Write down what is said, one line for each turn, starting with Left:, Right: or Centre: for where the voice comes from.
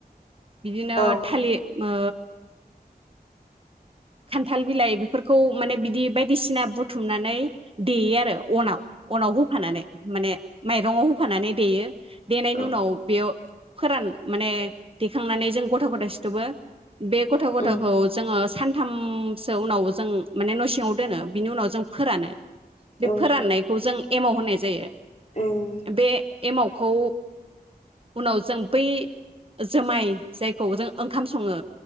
Right: बिदिनो
Left: औ
Right: थालि ओ खान्थाल बिलाइ बेफोरखौ माने बिदि बायदिसिना बुथुमनानै देयो आरो अनाव अनाव होफानानै माने माइरंआव होफानै देयो। देनायनि
Left: औ
Right: उनाव बेयाव फोरान माने दैखांनानै जों गथा गथा सिथबो बे गथा गथाखौ
Left: उम
Right: जोङो थामसो उनाव जों माने न' सिङाव दोनो बिनि उनाव जों फोरानो। बे
Left: औ उम औ
Right: फोराननायखौ जों एमाव होननाय जायो।
Left: उम
Right: बे एमावखौ उनाव जों बै जोमाय जायखौ जों ओंखाम सङो